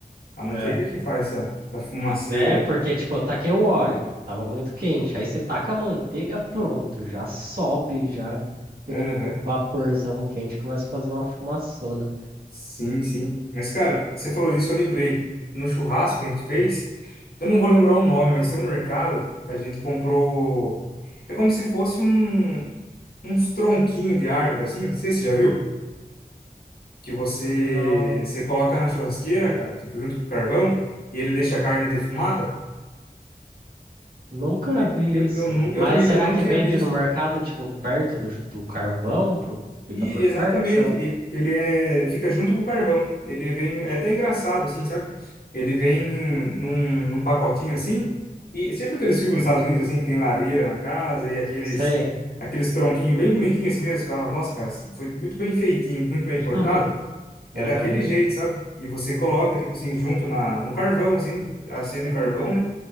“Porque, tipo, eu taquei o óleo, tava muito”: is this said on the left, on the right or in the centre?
Right